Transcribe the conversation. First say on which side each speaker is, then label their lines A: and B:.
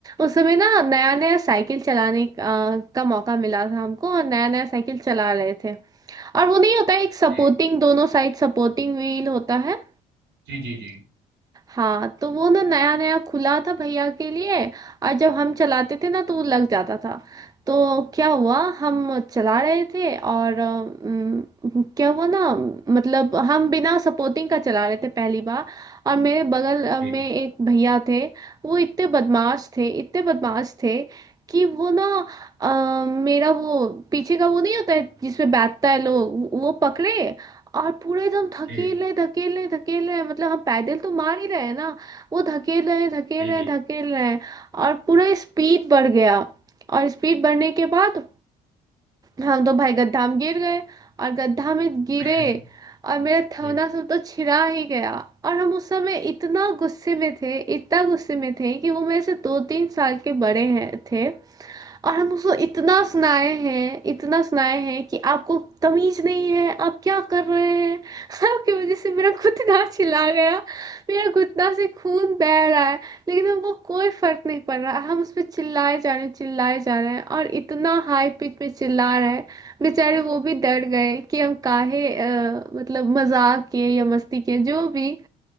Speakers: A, on the right; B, on the right.
A: उस समय ना नया नया साइकिल चलाने का, का मौका मिला था हमको और नया नया साइकिल चला रहे थे और वो नहीं होता है एक सपोर्टिंग
B: जी
A: दोनों साइड सपोर्टिंग व्हील होता है
B: जी जी जी
A: हाँ तो वो ना नया नया खुला था भैया के लिए और जब हम चलाते थे ना तो वो लग जाता था तो क्या हुआ हम चला रहे थे और अम, क्या हुआ ना मतलब हम बिना सपोर्टिंग का चला रहे थे पहली बार और मेरे बगल अ,
B: जी
A: में एक भैया थे वो इतने बदमाश थे इतने बदमाश थे कि वो ना अ, मेरा वो पीछे का वो नहीं होता है जिसपे बैठता है लोग वो पकड़े और पूरा एकदम धकेल
B: जी
A: रहे धकेल रहे धकेल रहे हैं। मतलब हम पैदल तो मार ही रहे हैं ना वो धकेल रहे हैं धकेल
B: जी
A: रहे हैं
B: जी
A: धकेल रहे हैं और पूरा स्पीड बढ़ गया और स्पीड बढ़ने के बाद हम तो भाई गड्ढा में गिर गए और गड्ढा में गिरे
B: <laughs>
A: और मेरा थोड़ा
B: जी
A: सा तो छिरा ही गया और हम उस समय इतना गुस्से में थे इतना गुस्से में थे कि वो मेरे से दो तीन साल के बड़े हैं थे और हम उसको इतना
B: जी
A: सुनाए हैं इतना सुनाए हैं कि आपको तमीज नहीं है आप क्या कर रहे हैं <laughs> आपकी वजह से मेरा घुटना छिला गया मेरा घुटना से खून बह रहा है लेकिन हमको कोई फर्क नहीं पड़ रहा हम उस पर चिल्लाए जा रहे हैं चिल्लाए जा रहे हैं और इतना हाई पिच में चिल्ला रहे हैं बेचारे वो भी डर गए कि हम काहे अ, मतलब मजाक किए या मस्ती किए जो भी